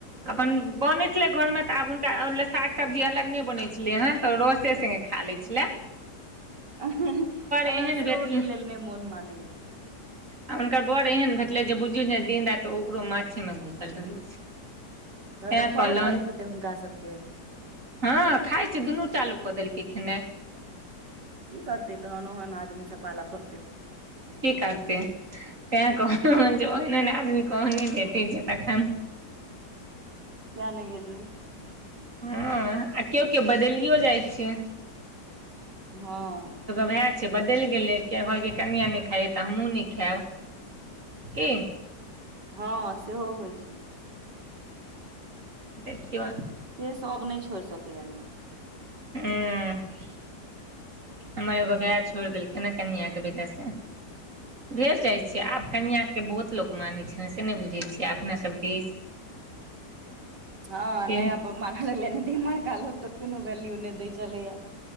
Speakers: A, on the right (about 45°); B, on the right (about 75°).
A: अपन बने छले घर में त आब हुनका ले साग सब्जी अलग ने बने छले हेन तो रसे से खा लैल छेला
B: हमरा
A: एहन
B: सेहो
A: भेटलै
B: के लेल नहि मोन मानैया
A: आ हुनकर बड़ एहन भेटलै जे बुझियौ ने दिन राएत ओकरो माछे मे घुसल रहैत छै
B: तहन
A: तैँ
B: तऽ खाए
A: कहलनि
B: पड़ैत हेतै हुनका सभ के
A: हँ खाइ छै दुनू चालू कऽ देलकिन खेना
B: की करतै तहन ओहन आदमी से पालऽ पड़तै
A: की करते तैं कहलोऊ हन जे ओहन ओन आदमी आह्ने भेटी छै तखन
B: क्य नहि गेलीये
A: हँ आ केओ केओ बदलियो जाइ छै
B: हँ
A: भए छै बदलि गेलै किया कहकै कनिआ नहि खाइय तऽ हमहु नहि खायब की
B: हँ सेहो होइ छै
A: देखयो
B: से सब नहि छोड़ि सकैया ने
A: ह हमर एगो भाय छोड़ देलखै ह कन्य के बेटा से भेज जाय छी आब कनिया के बहुत लोग माने छै से ने बुझे छीे अपना सब दे
B: <inaudible> हँ
A: के
B: नया पर मार लगलै दिम काल तऽ कोनो वैल्यू नहि दै छलैएा